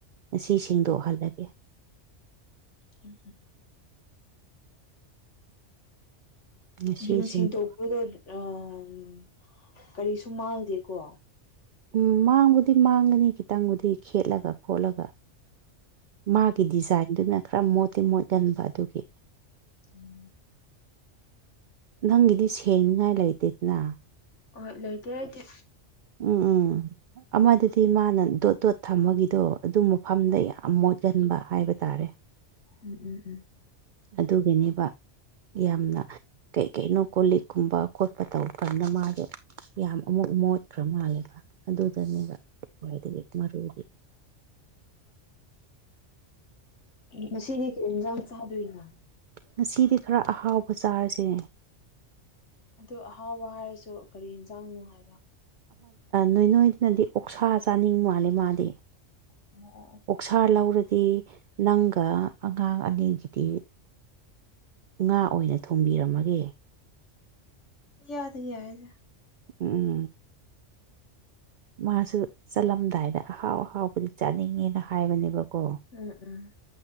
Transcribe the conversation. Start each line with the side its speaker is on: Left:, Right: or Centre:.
Right: ꯉꯁꯤ ꯁꯦꯡꯗꯣꯛꯍꯜꯂꯒꯦ
Left: <unintelligible>
Right: ꯉꯁꯤ
Left: ꯔꯤꯡ
Right: ꯁꯦꯡꯗꯣꯛ
Left: ꯁꯦꯡꯗꯣꯛꯄꯗꯣ ꯎꯝ ꯀꯔꯤꯁꯨ ꯃꯥꯡꯗꯦꯀꯣ
Right: ꯎꯝ ꯃꯥꯡꯕꯗꯤ ꯃꯥꯡꯒꯅꯤ ꯈꯤꯇꯪꯕꯨꯗꯤ ꯈꯦꯠꯂꯒ ꯈꯣꯠꯂꯒ ꯃꯥꯒꯤ ꯗꯤꯖꯥꯏꯟꯗꯨꯅ ꯈꯔ ꯃꯣꯠꯇꯤ ꯃꯣꯠꯍꯟꯕ ꯑꯗꯨꯒꯤ
Left: ꯎꯝ
Right: ꯅꯪꯒꯤꯗꯤ ꯁꯦꯡꯅꯤꯉꯥꯏ ꯂꯩꯇꯦꯗꯅ
Left: ꯑꯣꯏ ꯂꯣꯏꯇꯦ ꯑꯩꯗꯤ
Right: ꯎꯝ ꯎꯝ ꯑꯃꯗꯗꯤ ꯃꯥꯅ ꯗꯣꯠ ꯗꯣꯠ ꯊꯝꯃꯒꯤꯗꯣ ꯑꯗꯨ ꯃꯐꯝꯗ ꯌꯥꯝ ꯃꯣꯠꯍꯟꯕ ꯍꯥꯏꯕ ꯇꯥꯔꯦ
Left: ꯎꯝ ꯎꯝ ꯎꯝ
Right: ꯑꯗꯨꯒꯤꯅꯦꯕ ꯌꯥꯝꯅ ꯀꯩ ꯀꯩꯅꯣ ꯀꯣ ꯂꯤꯛꯀꯨꯝꯕ ꯈꯣꯠꯄ ꯇꯧꯕ ꯀꯥꯟꯗ ꯃꯥꯁꯣ ꯌꯥꯝ ꯑꯃꯨꯛ ꯃꯣꯠꯈ꯭ꯔ ꯃꯥꯜꯂꯦꯕ ꯑꯗꯨꯗꯅꯦꯕ ꯈ꯭ꯋꯥꯏꯗꯒꯤ ꯃꯔꯨꯗꯤ
Left: ꯃꯁꯤꯗꯤ ꯀꯩ ꯌꯦꯟꯁꯥꯡ ꯆꯥꯗꯣꯏꯅꯣ
Right: ꯉꯁꯤꯗꯤ ꯈꯔ ꯑꯍꯥꯎꯕ ꯆꯥꯔꯁꯦ
Left: ꯑꯗꯨ ꯑꯍꯥꯎꯕ ꯍꯥꯏꯔꯁꯨ ꯀꯔꯤ ꯌꯦꯟꯖꯥꯡꯅꯣ ꯍꯥꯏꯕ
Right: ꯅꯣꯏ ꯅꯣꯏꯗꯨꯅꯗꯤ ꯑꯣꯛꯁꯥ ꯆꯥꯅꯤꯡ ꯃꯥꯜꯂꯦ ꯃꯥꯗꯤ
Left: ꯑꯣ
Right: ꯑꯣꯛꯁꯥ ꯂꯧꯔꯗꯤ ꯅꯪꯒ ꯑꯉꯥꯡ ꯑꯅꯤꯁꯤꯗꯤ ꯉꯥ ꯑꯣꯏꯅ ꯊꯣꯡꯝꯕꯤꯔꯝꯃꯒꯦ
Left: ꯏꯌꯥꯗ ꯌꯥꯏꯗ
Right: ꯎꯝ ꯃꯥꯁꯨ ꯆꯠꯂꯝꯗꯥꯏꯗ ꯑꯍꯥꯎ ꯑꯍꯥꯎꯕꯗꯤ ꯆꯥꯅꯤꯡꯉꯦꯅ ꯍꯥꯏꯕꯅꯦꯕꯀꯣ
Left: ꯎꯝ ꯎꯝ